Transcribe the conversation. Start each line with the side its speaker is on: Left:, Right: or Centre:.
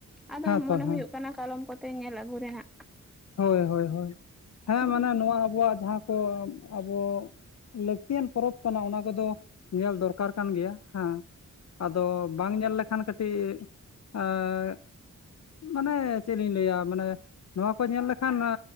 Centre: ᱟᱫᱚ
Left: ᱦᱮᱸᱛᱚ
Centre: ᱢᱚᱱᱮ
Left: ᱦᱮᱸ
Centre: ᱦᱩᱭᱩᱜᱼᱼ ᱠᱟᱱᱟ ᱠᱟᱞᱚᱢ ᱠᱚᱛᱮ ᱧᱮᱞ ᱟᱹᱜᱩ ᱨᱮᱱᱟᱜ
Left: ᱦᱳᱭ ᱦᱳᱭ ᱦᱳᱭ ᱦᱮᱸ
Centre: ᱦᱩᱸ
Left: ᱢᱟᱱᱮ ᱱᱚᱣᱟ ᱟᱵᱚᱣᱟᱜ ᱡᱟᱦᱟᱸ ᱠᱚ ᱟᱵᱚᱼᱼ ᱞᱟᱹᱠᱛᱤᱭᱟᱱ ᱯᱚᱨᱚᱵᱽ ᱠᱟᱱᱟ ᱚᱱᱟ ᱠᱚᱫᱚ ᱧᱮᱞ ᱫᱚᱨᱠᱟᱨ ᱠᱟᱱ ᱜᱮᱭᱟ ᱦᱮᱸ ᱟᱫᱚ ᱵᱟᱝ ᱧᱮᱞ ᱞᱮᱠᱷᱟᱱ ᱠᱟᱹᱴᱤᱡᱼᱼ ᱮᱸ ᱢᱟᱱᱮ ᱪᱮᱫ ᱞᱤᱧ ᱞᱟᱹᱭᱟ ᱢᱟᱱᱮᱼᱼ ᱠᱚ ᱧᱮᱞ ᱞᱮᱠᱷᱟᱱ ᱮᱻ